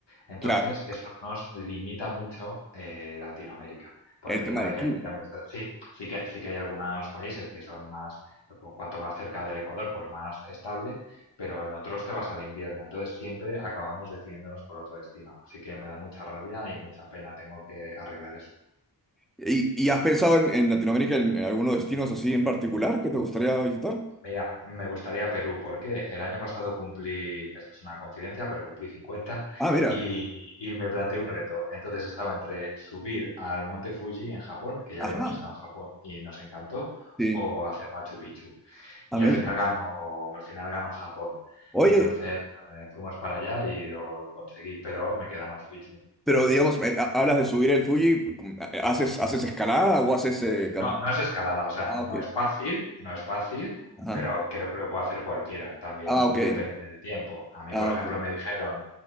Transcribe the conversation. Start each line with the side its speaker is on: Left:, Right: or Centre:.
Left: Entonces,
Centre: Claro,
Left: eso nos limita mucho eh, Latinoamérica, por
Centre: el
Left: el tema
Centre: tema del
Left: de que
Centre: clima.
Left: allí cambios. Sí, sí que, sí que hay algunos países que son más, cu- cuanto más cerca del Ecuador, pues más estable, pero en otros te vas al invierno. Entonces, siempre acabamos decidiéndonos por otro destino. Así que me da mucha rabia y mucha pena. Tengo que arreglar eso.
Centre: ¿Y, y has pensado en, en Latinoamérica en, en algunos destinos así en particular que te gustaría visitar?
Left: Mira, me gustaría Perú porque el año pasado cumplí, esto es una confidencia, pero cumplí 50
Centre: Ah, mira.
Left: y, y me planteé un reto. Entonces estaba entre subir al monte Fuji en Japón, que ya
Centre: Ajá,
Left: habíamos estado en Japón y nos encantó,
Centre: sí.
Left: o hacer Machu Picchu.
Centre: Ah,
Left: Y
Centre: mira.
Left: al final ganó, al final ganó Japón.
Centre: Oye,
Left: Entonces eh, fuimos para allá y lo, lo conseguí, pero me queda Machu Picchu.
Centre: pero digamos, eh, ha- hablas de subir el Fuji, mm, ¿haces, haces escalada o haces... eh, cam-
Left: No, no es escalada, o sea,
Centre: Ah,
Left: no
Centre: ok.
Left: es fácil, no es fácil,
Centre: Ajá.
Left: pero creo que lo puede hacer cualquiera. También
Centre: Ah, ok.
Left: depende del tiempo. A mí,
Centre: Ah,
Left: por ejemplo,
Centre: ok.
Left: me dijeron